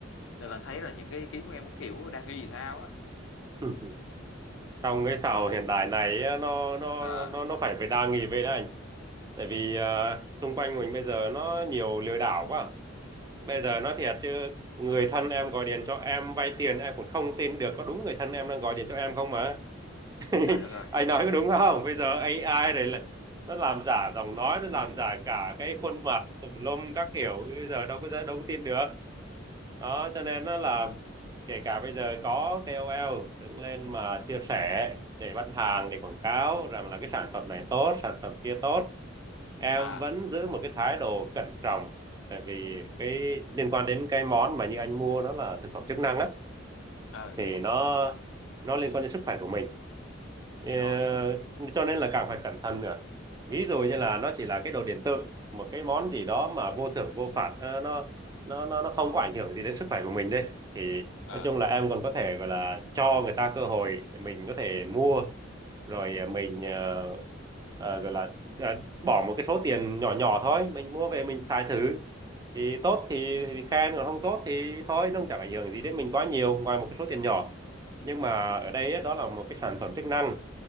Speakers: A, on the left; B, on the right.
A: nên là thấy là những cái ý kiến của em nó kiểu đang nghi thì sao á
B: Ừ. <laughs> trong cái xã hội
A: thì
B: hiện tại này á, nó nó
A: à
B: nó nó phải phải đa nghi về đấy anh tại vì à, xung quanh mình bây giờ nó nhiều lừa đảo quá bây giờ nói thiệt chứ người thân em gọi điện cho em vay tiền em cũng không tin được có đúng người thân em đang gọi điện cho em không mà
A: trời
B: <laughs>
A: đất ơi
B: anh nói có đúng không bây giờ AI này lại nó làm giả giọng nói nó làm giả cả cái khuôn mặt tùm lum các kiểu bây giờ đâu có đâu có tin được đó cho nên nó là kể cả bây giờ có KOL đứng lên mà chia sẻ để bán hàng để quảng cáo rằng là cái sản phẩm này tốt sản phẩm kia tốt em
A: à
B: vẫn giữ một cái thái độ cẩn trọng tại vì cái liên quan đến cái món mà như anh mua nó là thực phẩm chức năng á
A: ờ
B: thì nó nó liên quan đến sức khỏe của mình Ờ,
A: rồi
B: cho nên là càng phải cẩn thận nữa ví dụ như là nó chỉ là cái đồ điện tử một cái món gì đó mà vô thưởng vô phạt ờ, nó nó nó nó không có ảnh hưởng gì đến sức khỏe của mình đây. thì
A: à,
B: nói chung là em còn có thể gọi là cho người ta cơ hội để mình có thể mua rồi ờ, mình ờ, ờ, gọi là ờ, bỏ một cái số tiền nhỏ nhỏ thôi mình mua về mình xài thử thì tốt thì, thì khen còn không tốt thì thôi nó cũng chẳng ảnh hưởng gì đến mình quá nhiều ngoài một cái số tiền nhỏ nhưng mà ở đây á, đó là một cái sản phẩm chức năng